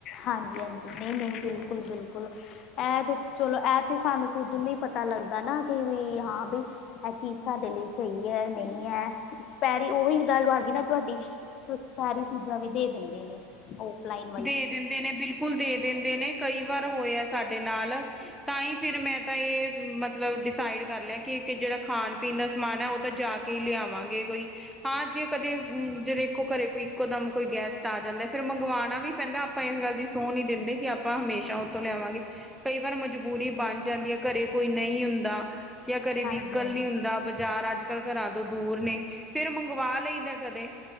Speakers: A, on the left; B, in the centre.
A: ਹਾਂਜੀ-ਹਾਂਜੀ। ਨਹੀਂ-ਨਹੀਂ ਬਿਲਕੁਲ-ਬਿਲਕੁਲ। ਇਹ ਤੇ ਚਲੋ, ਇਹ ਤੇ ਸਾਨੂੰ ਖੁੱਦ ਨੂੰ ਪਤਾ ਲੱਗਦਾ ਨਾ ਕਿ ਵੀ ਹਾਂ ਬ। ਇਹ ਚੀਜ਼ ਸਾਡੇ ਲਈ ਸਹੀ ਹੈ। ਨਹੀਂ ਹੈ। ਐਕਸਪੈਰੀ ਉਹੀ ਗੱਲ ਆ ਗਈ ਨਾ ਤੁਹਾਡੀ। ਐਕਸਪੈਰੀ ਚੀਜ਼ਾਂ ਵੀ ਦੇ ਦਿੰਦੇ ਨੇ। ਓਫਲਾਈਨ।
B: ਦੇ ਦਿੰਦੇ ਨੇ ਬਿਲਕੁਲ ਦੇ ਦਿੰਦੇ ਨੇ ਕਈ ਵਾਰ ਹੋਇਆ ਸਾਡੇ ਨਾਲ। ਤਾਂ ਹੀ ਫੇਿਰ। ਮੈਂ ਤਾਂ ਇਹ ਮਤਲਬ ਡਿਸਾਈਡ ਕਰ ਲਿਆ ਕਿ ਜਿਹੜਾ ਖਾਣ ਪੀਣ ਦਾ ਸਮਾਨ ਹੈ ਉਹ ਤਾਂ ਜਾ ਕੇ। ਕੀ ਲਿਆਵਾਂਗੇ ਕੋਈ। ਹਾਂ ਜੇ ਕਦੇ ਜੇ ਦੇਖੋ ਘਰੇ ਕੋਈ ਇੱਕੋ ਦਮ ਕੋਈ ਗੈਸਟ ਤਾਂ ਆ ਜਾਂਦਾ ਫੇਿਰ ਮੰਗਵਾਉਣਾ। ਵੀ ਪੈਂਦਾ ਆਪਾਂ ਇਸ ਗੱਲ ਦੀ ਸਹ ਨੀ ਦਿੰਦੇ ਕਿ ਆਪਾਂ ਹਮੇਸ਼ਾ ਉੱਥੋਂ ਲਿਆਵਾਂਗੇ। ਕਈ ਵਾਰ ਮਜਬੂਰੀ ਬਣ ਜਾਂਦੀ ਹੈ ਘਰੇ ਕੋਈ ਨਹੀਂ ਹੁੰਦਾ ਜਾਂ ਘਰੇ ਵੀ
A: ਹਾਂਜੀ
B: ਗੱਲ
A: ਹਾਂਜੀ
B: ਦਾ ਬਾਜ਼ਾਰ ਅੱਜ ਕੱਲ੍ਹ ਘਰਾਂ ਤੋਂ ਦੂਰ ਨੇ ਫੇਿਰ ਮੰਗਵਾ ਲਈਦਾ ਕਦੇ